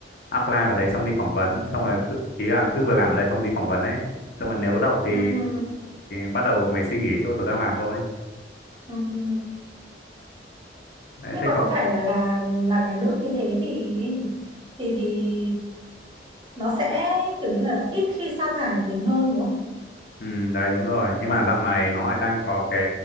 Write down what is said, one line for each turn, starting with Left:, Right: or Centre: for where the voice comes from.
Left: apply vào đấy xong đi phỏng vấn xong rồi cứ, ý là cứ vừa làm ở đây xong đi phỏng vấn ấy xong rồi nếu đậu thì
Right: ừ, ừ.
Left: bắt đầu mày suy nghĩ chỗ tớ đang làm thôi
Right: Ừ, ừ.
Left: đấy,
Right: Nhưng
Left: thế
Right: mà
Left: cậu
Right: có phải là làm làm nhà nước như thế thì thì thì nó sẽ kiểu như là ít khi sa thải mình hơn đúng không?
Left: Ừ, đấy đúng rồi nhưng mà dạo này nó lại đang có cái